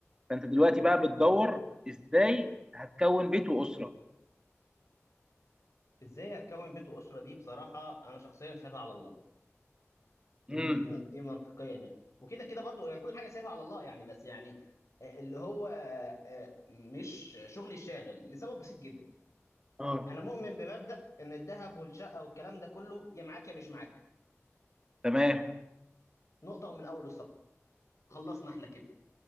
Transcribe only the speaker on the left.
ازاي هتكون بيت واسره دي بصراحه انا شخصيا سايبها على الله دي
دي منطقيا يعني وكده كده برضو يعني كل حاجه سايبها على الله يعني بس يعني آه، اللي هو آه، آه، مش شغلي الشاغل لسبب بسيط جدا
انا مؤمن بمبدا ان الذهب والشقه والكلام ده كله يا معاك يا مش معاك
نقطه ومن اول السطر خلصنا احنا كده